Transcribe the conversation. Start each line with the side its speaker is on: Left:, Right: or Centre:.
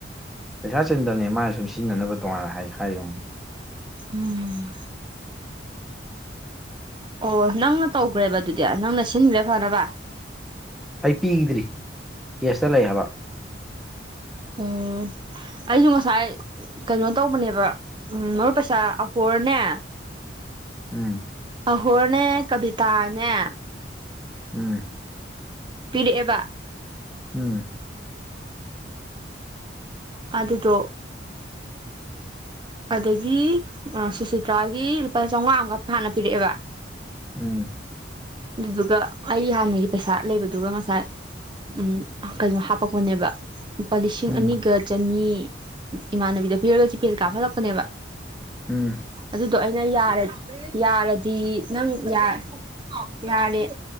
Centre: ꯄꯩꯁꯥ ꯆꯟꯗꯕꯅꯦ ꯃꯥꯏ ꯁꯨꯝ ꯁꯤꯖꯤꯟꯅꯅꯕ ꯇꯣꯉꯥꯟꯅ ꯍꯥꯏ ꯍꯥꯏꯔꯤ ꯑꯣꯏꯔꯝꯒꯅꯤ꯫
Right: ꯎꯝ ꯑꯣ ꯅꯪꯅ ꯇꯧꯒ꯭ꯔꯦꯕ ꯑꯗꯨꯗꯤ ꯅꯪꯅ ꯁꯤꯟꯒ꯭ꯔꯦ ꯐꯅꯕ
Centre: ꯑꯩ ꯄꯤꯒꯤꯗ꯭ꯔꯤ ꯀꯦꯁꯇ ꯂꯩ ꯍꯥꯏꯕ
Right: ꯎꯝ ꯑꯩꯁꯨ ꯉꯁꯥꯏ ꯀꯩꯅꯣ ꯇꯧꯕꯅꯦꯕ ꯎꯝ ꯃꯔꯨꯞ ꯄꯩꯁꯥ ꯑꯍꯣꯔꯅꯦ
Centre: ꯎꯝ
Right: ꯑꯍꯣꯔꯅꯦ ꯀꯕꯤꯇꯥꯅꯦ
Centre: ꯎꯝ
Right: ꯄꯤꯔꯛ ꯑꯦꯕ
Centre: ꯎꯝ
Right: ꯑꯗꯨꯗꯣ ꯑꯗꯒꯤ ꯁꯨꯁꯤꯇ꯭ꯔꯥꯒꯤ ꯂꯨꯄꯥ ꯆꯥꯝꯃꯉꯥ ꯑꯃꯒ ꯐꯥꯅ ꯄꯤꯔꯛꯑꯦꯕ
Centre: ꯎꯝ
Right: ꯑꯗꯨꯗꯨꯒ ꯑꯩ ꯍꯥꯟꯅꯒꯤ ꯄꯩꯁꯥ ꯂꯩꯕꯗꯨꯒ ꯉꯁꯥꯏ ꯎꯝ ꯀꯩꯅꯣ ꯍꯥꯄꯛꯄꯅꯦꯕ ꯂꯨꯄꯥ ꯂꯤꯁꯤꯡ
Centre: ꯎꯝ
Right: ꯑꯅꯤꯒ ꯆꯅꯤ ꯏꯃꯥꯟꯅꯕꯤꯗ ꯄꯤꯔꯒ ꯆꯤꯐꯦꯁ ꯀꯥꯞꯍꯠꯂꯛꯄꯅꯦꯕ
Centre: ꯎꯝ
Right: ꯑꯗꯨꯗꯣ ꯑꯩꯅ ꯌꯥꯔ ꯌꯥꯔꯗꯤ ꯅꯪ ꯌꯥ ꯌꯥꯔꯦ